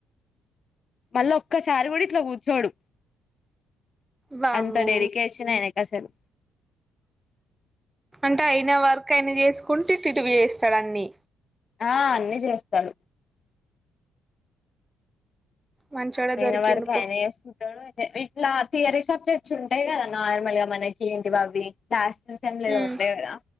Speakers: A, on the left; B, on the right.
A: మళ్ళా ఒక్క సారి గుడి ఇంట్లో కుచ్చోడు
B: వామ్మో
A: అంత డెడికేషన్ ఆయనకు అసలు
B: అంట అయిన వర్క్ అయిన చేసుకుంట ఇటివి చేస్తాడు అన్ని
A: ఆ అన్ని చేస్తాడు
B: మంచోడే
A: మయిన
B: దొరికిండు
A: వరకు
B: పో
A: ఆయన చేస్ టాడు అయితే విడ్ లా తీయారిస చుండగాదన్న గద నార్మల్ గా మనకి ఏంటి బాబీ లాస్ట్ మ్మ్ సేమ్ లో ఏదో
B: ఉమ్
A: ఉంటాయి కదా